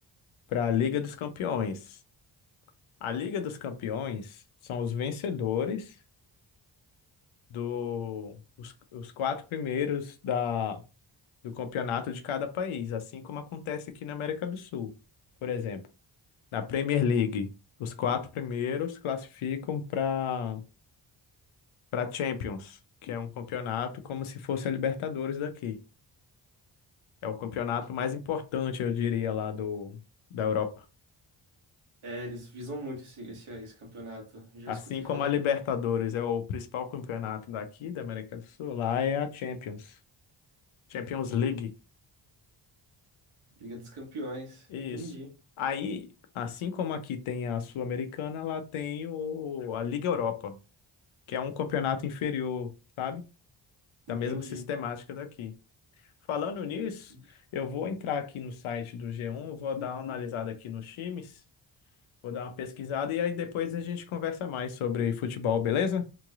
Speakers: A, on the left; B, on the right.
A: para a Liga dos Campeões. A Liga dos Campeões são os vencedores do os, os quatro primeiros da, do campeonato de cada país, assim como acontece aqui na América do Sul, por exemplo. Na Premier League, os quatro primeiros classificam para para Champions, que é um campeonato como se fosse a Libertadores daqui. É o campeonato mais importante, eu diria, lá do, da Europa.
B: É, eles visam muito esse, esse, esse campeonato. Já
A: Assim
B: escutei
A: como
B: falar
A: a Libertadores
B: isso.
A: é o principal campeonato daqui, da América do Sul, lá é a Champions. Champions
B: Entendi.
A: League.
B: Liga dos Campeões.
A: Isso.
B: Entendi.
A: Aí, assim como aqui tem a Sul-Americana, lá tem o, a Liga Europa, que é um campeonato inferior, sabe? Da
B: Entendi.
A: mesma sistemática daqui. Falando
B: Que
A: nisso,
B: interessante.
A: eu vou entrar aqui no site do G1, vou dar uma analisada aqui nos times, vou dar uma pesquisada e aí depois a gente conversa mais sobre futebol, beleza?